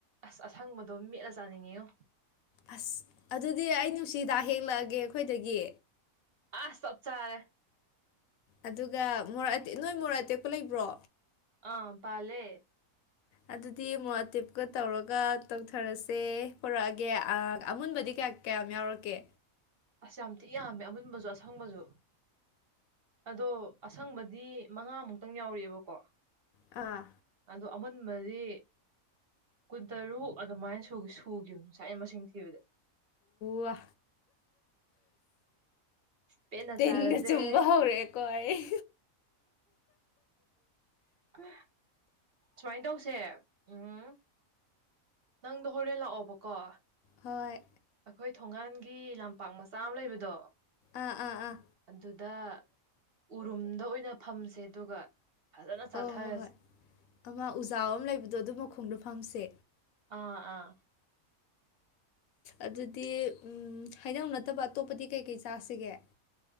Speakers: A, on the right; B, on the left.
A: ꯑꯁ ꯑꯁꯪꯕꯗꯣ ꯃꯦꯠꯂ ꯆꯥꯅꯤꯡꯉꯤꯉꯨ
B: ꯑꯁ ꯑꯗꯨꯗꯤ ꯑꯩ ꯅꯨꯡꯁꯤꯗꯥꯥꯛ ꯍꯦꯛꯂꯛꯑꯒꯦ ꯑꯩꯈꯣꯏꯗꯒꯤ
A: ꯑ ꯆꯞ ꯆꯥꯔꯦ
B: ꯑꯗꯨꯒ ꯃꯣꯔ ꯑꯦꯛ ꯅꯣꯏ ꯃꯣꯔꯦ ꯑꯇꯦꯛꯄ ꯂꯩꯕ꯭ꯔꯣ
A: ꯑꯥ ꯄꯥꯂꯦ
B: ꯑꯗꯨꯗꯤ ꯑꯃꯨꯛ ꯇꯤꯞꯀ ꯇꯧꯔꯒ ꯇꯧꯊꯔꯁꯦ ꯄꯨꯔꯛꯑꯒꯦ ꯑꯃꯨꯟꯕꯗꯤ ꯀꯌꯥ ꯀꯌꯥꯝ ꯌꯥꯎꯔꯛꯀꯦ
A: ꯑꯁ ꯌꯥꯝꯤꯛ ꯌꯥꯝꯃꯦ ꯑꯃꯨꯟꯕꯁꯨ ꯑꯁꯪꯕꯁꯨ ꯑꯗꯣ ꯑꯁꯪꯕꯗꯤ ꯃꯉꯥꯃꯨꯛꯇꯪ ꯌꯥꯎꯔꯛꯑꯦꯕꯀꯣ
B: ꯑꯥ
A: ꯑꯗꯣ ꯑꯃꯨꯟꯕꯗꯤ ꯀꯨꯟꯇꯔꯨꯛ ꯑꯗꯨꯃꯥꯏꯅ ꯁ ꯁꯨꯈꯤꯕ ꯉꯅꯨꯡꯁꯥꯏꯒꯤ ꯃꯁꯤꯡ ꯊꯤꯕꯗꯤ
B: ꯋꯥ
A: ꯄꯦꯠꯅ
B: ꯇꯤꯟꯅ
A: ꯆꯥꯔꯁꯦ
B: ꯆꯨꯝꯕ ꯍꯧꯔꯛꯑꯦꯀꯣ ꯑꯩ
A: ꯎ ꯁꯨꯃꯥꯏꯅ ꯇꯧꯁꯦ ꯎꯝ ꯅꯪꯗꯣ ꯍꯣꯔꯦꯟ ꯂꯥꯛꯑꯣꯕꯀꯣ
B: ꯍꯣꯏ
A: ꯑꯩꯈꯣꯏ ꯊꯣꯡꯒꯜꯒꯤ ꯂꯝꯄꯥꯛ ꯃꯆꯥ ꯑꯃ ꯂꯩꯕꯗꯣ
B: ꯑꯥ ꯑꯥ ꯑꯥ
A: ꯑꯗꯨꯗ ꯎꯔꯨꯝꯗ ꯑꯣꯏꯅ ꯐꯝꯁꯦ ꯑꯗꯨꯒ ꯐꯖꯅ ꯆꯥꯊꯔꯁꯦ
B: ꯍꯣꯏ ꯍꯣꯏ ꯍꯣꯏ ꯑꯃ ꯎꯖꯥ ꯑꯃ ꯂꯩꯕꯗꯣ ꯑꯗꯨ ꯃꯈꯣꯡꯗꯣ ꯐꯪꯁꯦ
A: ꯑꯥ ꯑꯥ
B: ꯑꯗꯨꯗꯤ
A: ꯎꯝ
B: ꯍꯥꯏꯗꯧ ꯅꯠꯇꯕ ꯑꯇꯣꯞꯄꯗꯤ ꯀꯩꯀꯩ ꯆꯥꯁꯤꯒꯦ